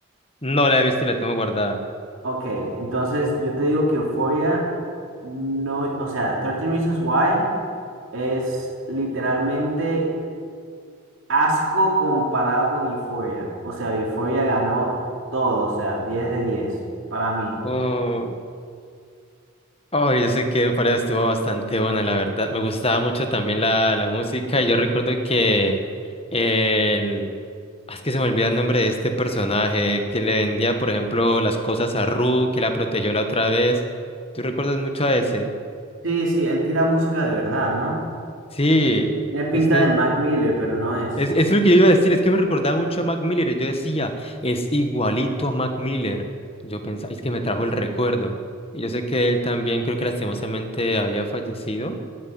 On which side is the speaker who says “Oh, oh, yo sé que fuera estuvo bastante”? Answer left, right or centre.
Left